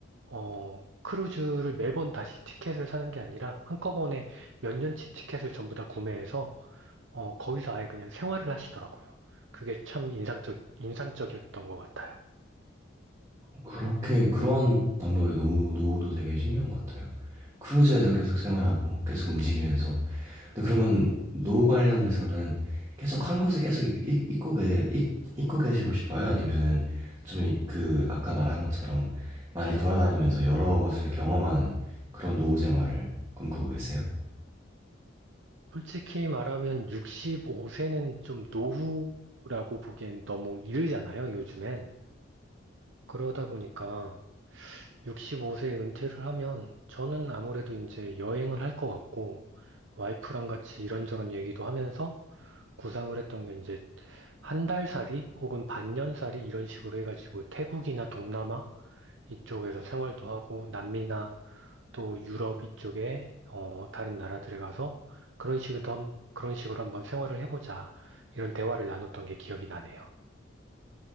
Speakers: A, on the right; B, on the right.
A: 어 크루즈를 매번 다시 티켓을 사는 게 아니라 한꺼번에 몇 년치 티켓을 전부 다 구매해서 어 거기서 아예 그냥 생활을 하시더라고요. 그게 참 인상적 인상적이었던 것 같아요.
B: 그렇게 그런 방법의 노후, 노후도 되게 신기한 것 같아요. 크루즈에서 계속 생활하고 계속 움직이면서 근데 그러면 노 관련돼서는 계속 한 곳에 계속 있, 있, 있고, 계, 있, 있고 계시고 싶어요? 아니면은 좀 이- 그 아까 말한 것처럼 많이 돌아다니면서 여러 곳을 경험하는 그런 노후 생활을 꿈꾸고 계세요?
A: 솔직히 말하면 65세는 좀 노후라고 보기엔 너무 이르잖아요, 요즘엔. 그러다 보니까 65세에 은퇴를 하면 저는 아무래도 이제 여행을 할 것 같고 와이프랑 같이 이런저런 얘기도 하면서 구상을 했던 게 이제 한 달살이 혹은 반년살이 이런 식으로 해가지고 태국이나 동남아 이쪽에서 생활도 하고 남미나 또 유럽 이쪽에 어, 다른 나라들에 가서 그런 식으로 한, 그런 식으로 한번 생활을 해보자 이런 대화를 나눴던 게 기억이 나네요.